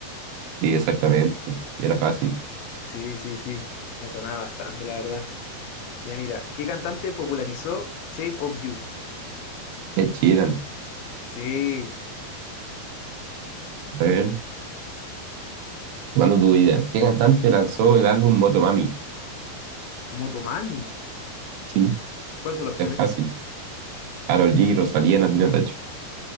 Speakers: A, on the right (about 75°); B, on the left (about 75°).
A: Sí, exactamente. Era fácil.
B: Sí, sí, sí. Me sonaba bastante, la verdad. Mira, mira. ¿Qué cantante popularizó Shape of You?
A: Ed Sheeran.
B: Sí,
A: A ver,
B: sí.
A: tomando tu idea. ¿Qué cantante lanzó el álbum Motomami?
B: Motomami.
A: Sí,
B: ¿Cuáles son las opciones?
A: es fácil. Karol G, Rosalía, Natina Tacho.